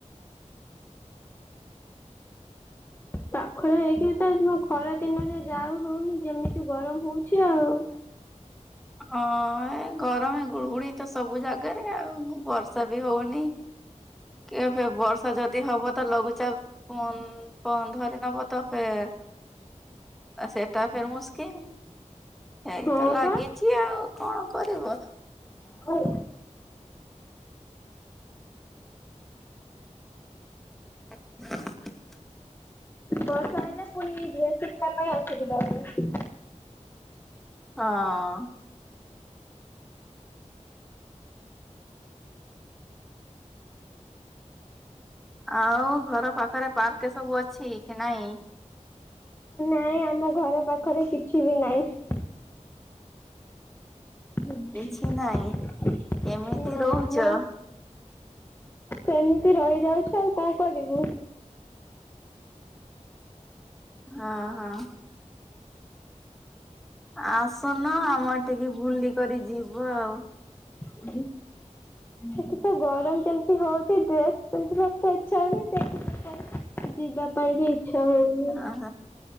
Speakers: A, on the left; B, in the centre.
A: ପାଖରେ ହେଇକି ବି ତ ଏ ଯୋଉ ଖରାଦିନରେ ଯାଉ ହଉନି, ଯେମିତି ଗରମ ହଉଛି ଆଉ।
B: ହଁ, ଏ ଗରମ ଗୁଳଗୁଡି ତ ସବୁ ଜାଗାରେ ଆଉ। ବର୍ଷା ବି ହଉନି କି ଏବେ ବର୍ଷା ଯଦି ହବ ତ ଲଘୁଚାପ କନ୍ କନ୍ ଧରି ନବ ତ ଫେର ଆ ସେଟା ଫର ମସ୍କିଲ ଏଇ
A: ହଁ
B: ତ ଲାଗିଚି
A: ପା।
B: ଆଉ କଣ କରିବ?
A: ହଁ।
B: <inaudible>
A: ବର୍ଷା ହେଲେ ପୁଣି ଡ୍ରେସ ଶିଖିବା ପାଇଁ ଅସୁବିଧା ହୁଏ।
B: ହଁ ହଁ। ଆଉ ଘର ପାଖରେ ପାର୍କ ସବୁ ଅଛି? <unintelligible>
A: ନାଇଁ ଆମ ଘର ପାଖରେ କିଛି ବି ନାହିଁ। <inaudible>
B: କିଛି ନାଇଁ କେମିତି
A: ନା
B: ରହୁଚ?
A: ଆମ ସେମିତି ରହିଯାଉଚୁ ଆଉ କଣ କରିବୁ?
B: ହଁ ହଁ। ଆସନ ଆମ ଆଡ଼େ ଟିକେ ବୁଲିିକ ଯିବ ଆଉ।
A: <unintelligible> ସେଠି ତ ଗରମ କେମିତି ହୋଉଚି ଡ୍ରେସ ପିନ୍ଧିବାକୁ ତ ଇଚ୍ଛା ହୋଉନି, ସେଇଥିପାଈଁ ତ ଯିବା ପାଇଁ ବି ଇଚ୍ଛା ହୋଉନି।
B: ଆ